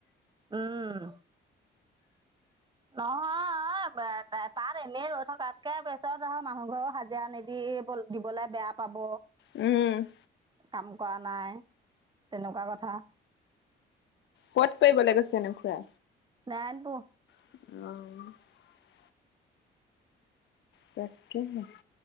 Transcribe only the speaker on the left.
উম
কত কৰিব লৈ‌ গৈছেনো খুড়া?
অহ। তাকে হে।